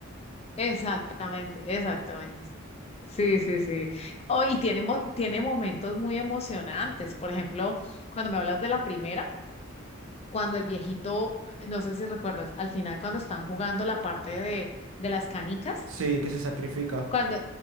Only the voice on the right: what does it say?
Sí, que se sacrifica.